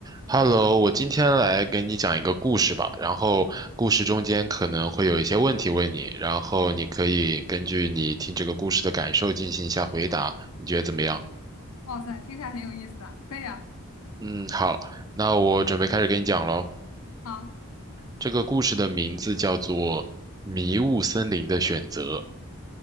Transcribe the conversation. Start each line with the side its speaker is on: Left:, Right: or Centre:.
Right: Hello，我今天来给你讲一个故事吧，然后故事中间可能会有一些问题问你，然后你可以根据你听这个故事的感受进行一下回答，你觉得怎么样？
Left: 哇塞，听起来很有意思啊！可以啊，
Right: 嗯，好，那我准备开始给你讲喽。
Left: 好，
Right: 这个故事的名字叫做《迷雾森林的选择》。